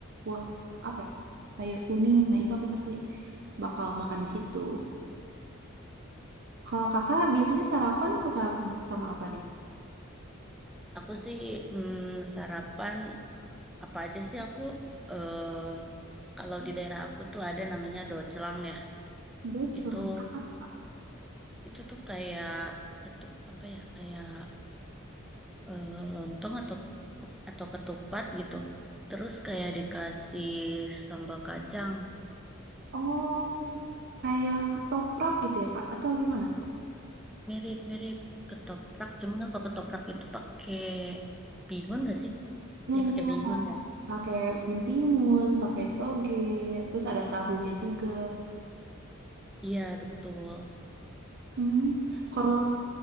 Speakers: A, on the right; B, in the centre.
A: Wah, apa ya? Sayur kuning. Nah, itu aku pasti bakal makan di situ. Kalau kakak biasanya sarapan suka sama apa nih?
B: Aku sih mm, sarapan apa aja sih aku eh kalau di daerah aku tuh ada namanya docelang ya
A: Bocor.
B: itu
A: Apa?
B: itu tuh kayak ketup apa ya kayak eh, lontong atau ku- atau ketupat gitu terus kayak dikasih sambal kacang
A: Oh, kayak ketoprak gitu ya, Kak? Atau gimana tuh?
B: mirip-mirip ketoprak cuman kan kalau ketoprak itu pakai bihun gak sih
A: Nah
B: ya pakai
A: iya,
B: bihun ya
A: pakai mentimun, pakai toge, terus ada tahunya juga.
B: iya betul
A: Hmm, kalau